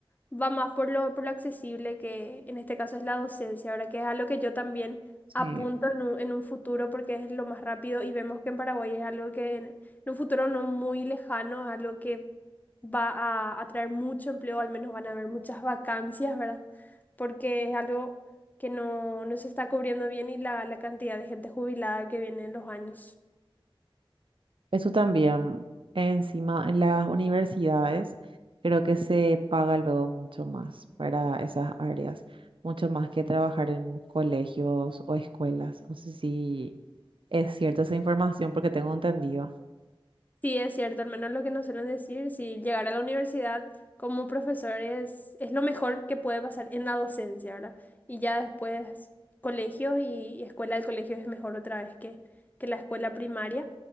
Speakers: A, on the left; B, on the right.
A: va más por lo, por lo accesible que en este caso es la docencia, ahora que es algo que yo también
B: Sí.
A: apunto en un, en un futuro porque es lo más rápido y vemos que en Paraguay es algo que en, en un futuro no muy lejano, es algo que va a atraer mucho empleo, al menos van a haber muchas vacancias, ¿verdad? Porque es algo que no, no se está cubriendo bien y la, la cantidad de gente jubilada que viene en los años.
B: Eso también, encima en las universidades, creo que se paga luego mucho más para esas áreas, mucho más que trabajar en colegios o escuelas. No sé si es cierta esa información porque tengo entendido.
A: Sí, es cierto, al menos lo que nos suelen decir, si llegar a la universidad como profesor es, es lo mejor que puede pasar en la docencia, ¿verdad? Y ya después colegios y, y escuela del colegio es mejor otra vez que, que la escuela primaria